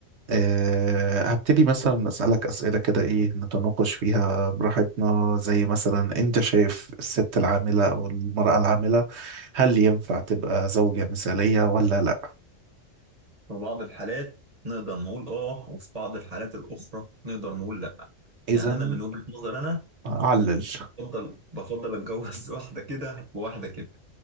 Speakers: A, on the right; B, on the right.
A: أه هبتدي مثلا أسألك أسئلة كده إيه نتناقش فيها براحتنا زي مثلا أنت شايف الست العاملة أو المرأة العاملة هل ينفع تبقى زوجة مثالية ولا لأ؟
B: في بعض الحالات نقدر نقول اه وفي بعض الحالات الاخرى نقدر نقول لا
A: إذا
B: يعني انا من وجهة نظر انا
A: أعلل <laughs>
B: بفضل بفضل اتجوز <laughs> واحده كده وواحده كده <laughs>